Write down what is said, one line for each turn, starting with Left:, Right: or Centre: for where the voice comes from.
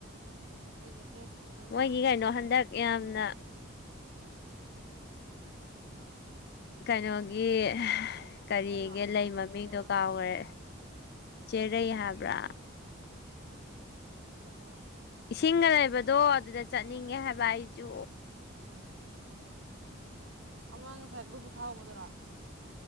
Right: ꯑꯩꯁꯦ ꯗ꯭ꯔꯦꯁ ꯐꯖꯅ
Left: ꯃꯣꯏꯒꯤ
Right: ꯅꯥꯟꯅ
Left: ꯀꯩꯅꯣ
Right: ꯁꯦꯜꯂꯒꯅ
Left: ꯍꯟꯗꯛ
Right: ꯆꯠꯅꯤꯡꯉꯦ
Left: ꯌꯥꯝꯅ
Right: ꯍꯥꯏꯕ꯫
Left: ꯀꯩꯅꯣꯒꯤ ꯀꯔꯤꯒꯤ
Right: ꯀꯩꯅꯣ
Left: ꯂꯩ ꯃꯃꯤꯡꯗꯣ
Right: ꯍꯥꯏꯔꯣ
Left: ꯀꯥꯎꯈ꯭ꯔꯦ꯫ ꯆꯦꯔꯩ ꯍꯥꯏꯕ꯭ꯔꯥ
Right: ꯑꯣ
Left: ꯏꯁꯤꯡꯒ ꯂꯩꯕꯗꯣ ꯑꯗꯨꯗ ꯆꯠꯅꯤꯡꯉꯦ ꯍꯥꯏꯕ ꯑꯩꯁꯨ꯫
Right: ꯑꯃꯥ ꯉꯁꯥꯏ ꯒ꯭ꯔꯨꯞꯇ ꯊꯥꯍꯧꯕꯗꯨꯔꯣ꯫